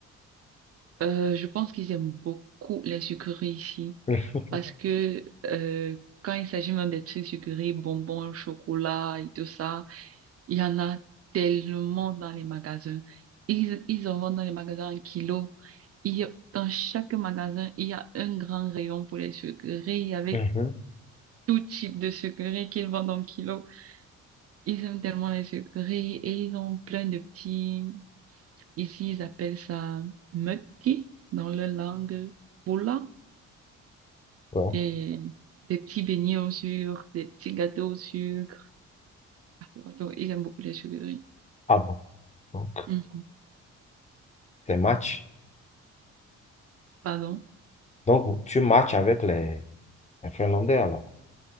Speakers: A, on the right; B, on the left.
A: Euh, je pense qu'ils aiment beaucoup les sucreries ici
B: Hum,
A: parce que euh, quand il s'agit même des trucs sucrés, bonbons, chocolat et tout ça, il y en a tellement dans les magasins. Ils, ils en vendent dans les magasins en kilo. Il y a- dans chaque magasin, il y a un grand rayon pour les sucreries avec
B: mhm.
A: tout type de sucreries qu'ils vendent en kilo. Ils aiment tellement les sucreries et ils ont plein de petits... Ici, ils appellent ça mukki dans leur langue. Poula.
B: Bon.
A: et des petits beignets au sucre, des petits gâteaux au sucre. pardon ils aiment beaucoup les sucreries.
B: Ah bon. Donc,
A: Mm.
B: c'est match.
A: Pardon.
B: Donc, tu matches avec les, les Finlandais alors.